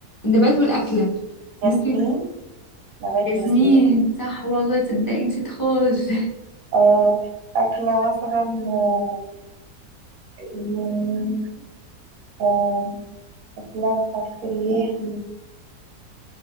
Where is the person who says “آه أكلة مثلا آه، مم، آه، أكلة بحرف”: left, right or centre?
Right